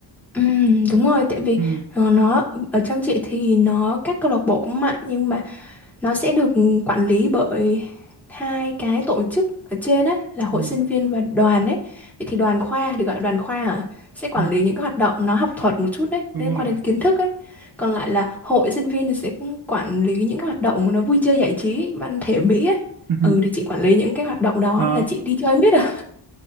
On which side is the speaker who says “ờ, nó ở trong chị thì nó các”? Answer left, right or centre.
Centre